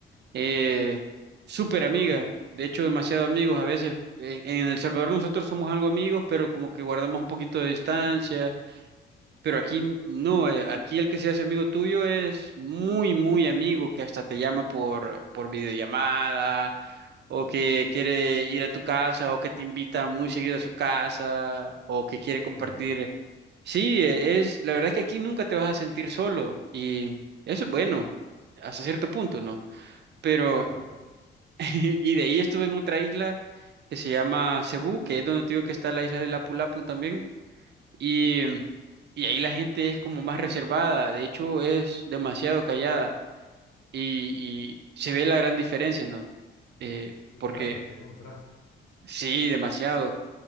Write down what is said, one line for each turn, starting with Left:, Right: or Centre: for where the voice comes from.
Right: eh, súper amiga, de hecho demasiado amigos a veces. En, en El Salvador nosotros somos algo amigos, pero como que guardamos un poquito de distancia, pero aquí no, eh, aquí el que se hace amigo tuyo es muy, muy amigo, que hasta te llama por, por videollamada, o que quiere ir a tu casa, o que te invita muy seguido a su casa, o que quiere
Left: qué
Right: compartir.
Left: bien.
Right: Sí, eh, es, la verdad es que aquí nunca te vas a sentir solo y eso es bueno, hasta cierto punto, ¿no? Pero...
Left: Claro, claro.
Right: <laughs> Y de ahí estuve en otra isla que se llama Cebú, que es donde te digo que está la isla de Lapu Lapu también. Y, y ahí la gente es como más reservada, de hecho es demasiado callada y, y se ve la gran diferencia, ¿no? Eh,
Left: Qué-
Right: porque
Left: claro, qué contraste.
Right: sí, demasiado.